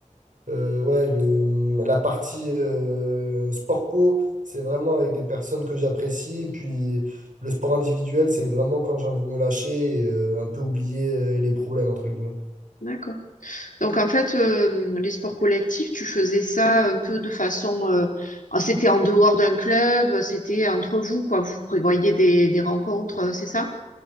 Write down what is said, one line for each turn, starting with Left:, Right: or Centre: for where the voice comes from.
Right: euh, ouais, le, la partie euh, sport co, c'est vraiment avec des personnes que j'apprécie. Et Puis le sport individuel, c'est vraiment quand j'ai envie de me lâcher et euh, un peu oublier euh, les problèmes, entre guillemets.
Left: D'accord. Donc en fait, euh, les sports collectifs, tu faisais ça un peu de façon, euh, ah, c'était en dehors d'un club, c'était entre vous, quoi. Vous prévoyez des, des rencontres, euh, c'est ça?